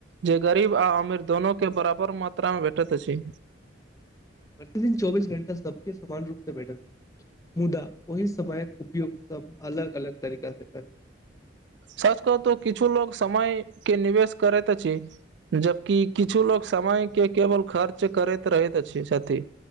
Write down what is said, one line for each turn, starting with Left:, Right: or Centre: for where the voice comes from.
Right: जे गरीब आ अमीर दोनो के बराबर मात्रा मे भेटैत अछि
Left: प्रतिदिन चौबीस घंटा सबके समान रूप सऽ भेटत मुद्दा ओहि समयक उपयोग सब अलग अलग तरीका स करे
Right: सच कहु तो किछु लोग समय के निवेश करैत अछि जबकि किछु लोग समय के केवल खर्च करैत रहैत अछि छथि